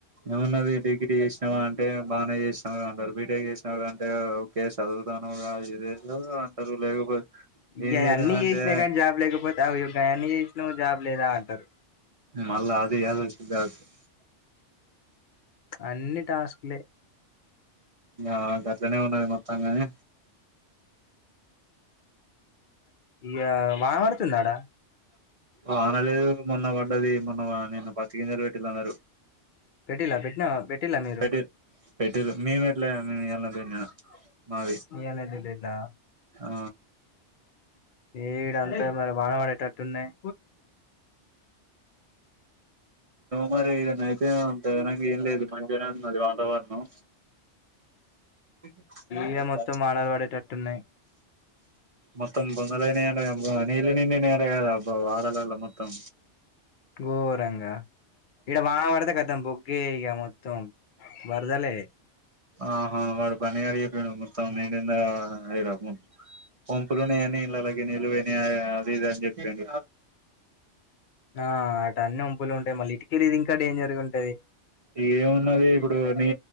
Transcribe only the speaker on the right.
ఏమున్నది డిగ్రీ చేసినావా అంటే బానే చేసినావ్ గా అంటారు బీటెక్ చేసినా అంటే ఊకె చదు తాన్నవు గా ఏదేదో అంటారు లేకపోతే
ఏం
చేయలేదంటే
మళ్లా అది <unintelligible>
నా గట్లనే ఉన్నది మొత్తం గాని
వాన లేదు మొన్న వ డ్డది మొన్న నిన్న పత్తి గింజలు పెట్టిలందరూ
పెట్టి పెట్టిరు మేము పెట్లా ఇయ్యాల నిన్న మాది
ఆ
మరి ఇడ నైయితే అంత విన ఏం లేదు మంచిగానే ఉంది వాతావరణం <unintelligible>
మొత్తం బొందలనే అడగబ్బా నీలినిన్ననే అడగద అబ్బా వాదనల మొత్తం
ఆహా వాడు పని అడిగి పోయిండు మొత్తం మీరు ఏంది ఆయ యిగ మె పంపులునే అని ఇల్లా అలాగే నీళ్లు పోయినివి అని అది ఇది అని చెప్పిండు
ఏమున్నది ఇప్పుడు నీ